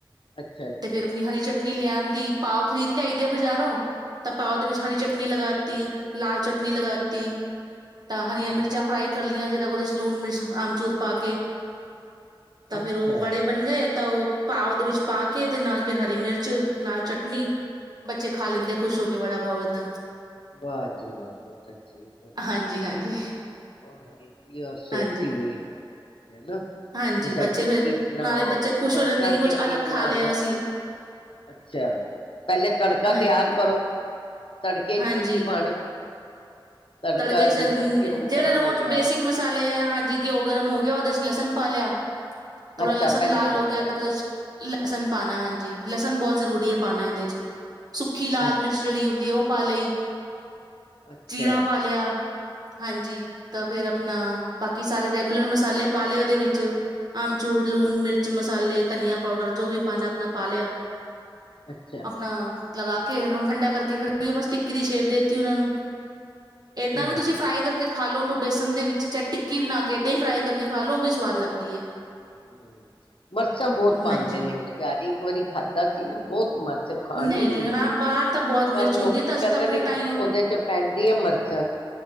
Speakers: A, on the left; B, on the right.
A: ਅੱਛਾ ਅੱਛਾ
B: ਤੇ ਫਿਰ
A: ਅੱਛਾ
B: ਆਪਣੀ ਹਰੀ ਚਟਨੀ ਲਿਆਉਣ ਦੀ। ਪਾਓ ਖਰੀਦ ਲਿਆਈ ਦੇ ਬਜ਼ਾਰੋਂ। ਤਾਂ ਭਓਦੇ ਵਿੱਚ ਹਰੀ ਚਟਨੀ ਲਗਾਤੀ। ਲਾਲ ਚਟਨੀ ਲਗਾਤੀ ਤਾਂ ਹਰੀਆਂ ਮਿਰਚਾਂ
A: ਹਾਂ
B: ਫਰਾਈ ਕਰ ਲਈਆਂ ਦੇ ਲੂਨ ਮਿਰਚਾਂ ਆਮਚੂਰ ਪਾ ਕੇ ਤਾਂ
A: ਅੱਛਾ
B: ਫਿਰ ਉਹ ਵੜੇ ਬਣ ਗਏ ਤਾਂ ਉਹ ਪਾ ਉਹਦੇ ਵਿੱਚ ਪਾ ਕੇ ਤੇ ਨਾਲ ਫਿਰ ਹਰੀ ਮਿਰਚ ਨਾਲ ਚਟਨੀ ਬੱਚੇ ਖਾ ਲੈਂਦੇ ਖੁਸ਼ ਹੋ ਕੇ ਵੜਾ ਪਾਓ ਏਦਾਂ
A: ਵਾਹ ਜੀ ਵਾਹ ਬਹੁਤ ਅੱਛੀ ਬ
B: ਹਾਂਜੀ
A: ਚੀਜ਼ ਬਣਾਈ
B: ਹਾਂਜੀ
A: ਰ ਹਲਕੀ ਔਰ ਸੌਖੀ
B: ਹਾਂਜੀ
A: ਵੀ ਹੈ ਹਨਾ
B: ਹਾਂਜੀ
A: ਜੇ
B: ਬੱਚੇ
A: ਟਿੱਕੀ
B: ਫੇਰ
A: ਬਣਾਓ
B: ਨਾਲੇ ਬੱਚੇ ਖੁਸ਼
A: ਉਸ
B: ਹੋ ਜਾਂਦੇ
A: ਤਰ੍ਹਾਂ
B: ਕਿ ਕੁੱਝ
A: ਟਿੱਕੀ
B: ਅਲੱਗ
A: ਬਣਾ
B: ਖਾ ਲਿਆ
A: ਲੋ
B: ਅਸੀਂ
A: ਅੱਛਾ ਪਹਿਲੇ ਤੜਕਾ
B: ਹਾਂਜੀ
A: ਤਿਆਰ ਕਰੋ ਤੜ ਚ
B: ਹਾਂਜੀ
A: ਕੀ- ਕੀ ਪਾਣਾ? ਤੜਕਾ
B: ਤੜਕੇ ਚ
A: ਜਿਸ ਤਰ੍ਹਾਂ ਘਿਓ
B: ਜਿਹੜੇ
A: ਗਰਮ
B: ਰੋਜ਼
A: ਹੋ ਗਿਆ
B: ਬੇਸਿਕ
A: ਹੈ।
B: ਮਸਾਲੇ ਹੈ ਹਾਂਜੀ ਘਿਉ ਗਰਮ ਹੋ ਗਿਆ ਉਹਦੇ ਚ ਲਸਣ ਪਾ ਲਿਆ ਥੋੜਾ
A: ਅੱਛਾ
B: ਲਸਣ
A: ਪਹਿਲੇ
B: ਲਾਲ
A: ਲਸਣ
B: ਹੋ ਗਿਆ ਤਾਂ ਫ ਲਸਣ
A: ਹਾਂ,
B: ਪਾਣਾ ਹਾਂਜੀ ਲਸਣ ਬਹੁਤ ਜ਼ਰੂਰੀ ਹੈ ਪਾਉਣਾ ਇਹਦੇ ਚ ਸੁੱਖੀ ਲਾਲ
A: ਅੱਛਾ
B: ਮਿਰਚ ਜਿਹੜੀ ਹੁੰਦੀ ਹੈ ਉਹ ਪਾ ਲਈ
A: ਅੱਛਾ
B: ਜੀਰਾ ਪਾ ਲਿਆ ਹਾਂਜੀ
A: ਹਾਂ,
B: ਤਾਂ ਫੇਰ ਆਪਣਾ
A: ਹਾਂ,
B: ਬਾਕੀ ਸਾਰੇ ਰੇਕ ਰੈਗੂਲਰ ਮਸਾਲੇ ਪਾ ਲਏ ਉਹਦੇ ਵਿੱਚ ਆਮਚੂੂਰ ਲੂਣ ਮਿਰਚ ਮਸਾਲੇ ਧਨੀਆ ਪਾਊਡਰ ਜੋ ਵੀ ਪਾਣਾ ਆਪਣਾ ਪਾ ਲਿਆ
A: ਅੱਛਾ
B: ਆਪਣਾ ਲਾ ਕੇ ਉਹ ਨੂੰ ਠੰਡਾ ਕਰਕੇ, ਫਿਰ ਬਸ ਟਿੱਕੀ ਦੀ ਸ਼ੇਪ ਦੇ ਦਿੱਤੀ ਉਹਨਾਂ ਨੂੰ
A: ਹੂੰ
B: ਏਦਾਂ ਵੀ ਤੁਸੀਂ
A: ਹੂੰ
B: ਫਰਾਈ ਕਰਕੇ ਖਾ ਲਓ ਉਹਨੂੰ ਬੇਸਨ ਦੇ ਵਿੱਚ ਚਾਹੇ ਟਿੱਕੀ ਬਣਾ ਕੇ ਏਦਾਂ ਹੀ ਫਰਾਈ ਕਰਕੇ ਖਾ ਲ ਲੋ ਉਹ ਵੀ ਸਵਾਦ ਲੱਗਦੀ ਹੈ
A: ਹ ਮਿਰਚਾਂ ਬਹੁਤ
B: ਹਾਂਜੀ
A: ਪਾਉਂਦੇ ਨੇ ਬਜ਼ਾਰੀ ਇੱਕ ਵਾਰੀ ਖਾਧਾ ਸੀ ਨਾ ਬਹੁਤ ਮਿਰਚ ਖਾਣ
B: ਨਹੀਂ
A: ਨੀ ਹੁੰਦੀ
B: ਨਹੀਂ ਹਾਂ ਬਾਹਰ ਤਾਂ ਬਹੁਤ
A: ਪਰ
B: ਮਿਰਚ ਹੁੰਦੀ
A: ਲੋਕੀ
B: ਹੈ ਤਾਂ
A: ਕਹਿੰਦੇ
B: ਅਸੀਂ ਤਾਂ ਆਪਣੇ
A: ਨੇ ਕਿ
B: ਤਾਈਓ
A: ਉਹਦੇ ਚ ਪੈਂਦੀ ਹੈ ਮਿਰਚ